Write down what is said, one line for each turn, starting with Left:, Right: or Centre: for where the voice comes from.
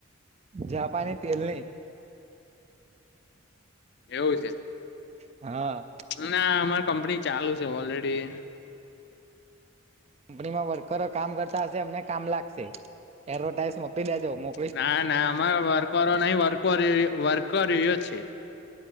Right: જાપાની તેલની
Left: એવું છે?
Right: હા
Left: ના અમાર કંપની ચાલુ છે ઓલરેડી
Right: કંપનીમાં વર્કરો કામ કરતા હશે એમને કામ લાગશે એડવર્ટાઈઝ મોકલી દેજો મો
Left: ના ના અમારે વર્ક નહી વક વર્ક રહ્યો છે.